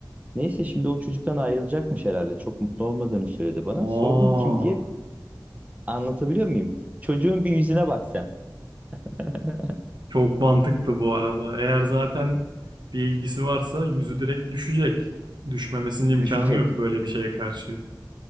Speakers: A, on the right (about 20°); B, on the right (about 75°).
A: Neyse şimdi o çocuktan ayrılacakmış herhalde. Çok mutlu olmadığını söyledi bana.
B: Aa,
A: Sordum kim diye anlatabiliyor muyum? Çocuğun bir yüzüne bak sen. <laughs>
B: çok mantıklı bu arada. Eğer zaten bir ilgisi varsa yüzü direkt düşecek. Düşmemesinin imkanı
A: Düşecek.
B: yok böyle bir şeye karşı.